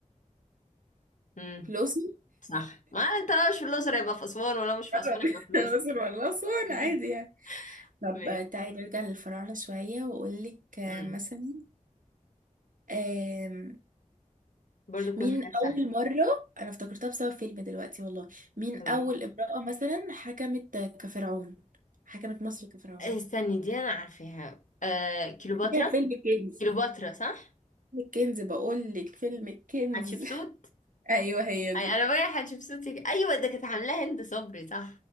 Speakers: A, on the left; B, on the right.
A: امم
B: في الأقصر
A: صح ما أنت لو مش في الأقصر يبقى في أسوان ولو مش في
B: مرة
A: أسوان
B: <laughs>
A: يبقى في الأقصر
B: الأقصر ولا أسوان
A: <laughs>
B: عادي يعني طب
A: ماشي
B: آه، تعالي نرجع للفراعنة شوية وأقولك آه،
A: امم
B: مثلا آم،
A: برضه تكون
B: مين
A: حاجات
B: أول
A: سهلة
B: مرة أنا افتكرتها بسبب فيلم دلوقتي والله مين
A: طب قولي.
B: أول امرأة مثلا حكمت كفرعون حكمت مصر كفرعون
A: آه، استني دي أنا عارفاها آه كيلوباترا
B: هي فيلم الكنز
A: كيلوباترا صح
B: فيلم الكنز بقول لك فيلم الكنز
A: حتشبسوت
B: <laughs> ايوه هي دي
A: أي أنا بقى حتشبسوت أيوة ده كانت عاملاها هند صبري صح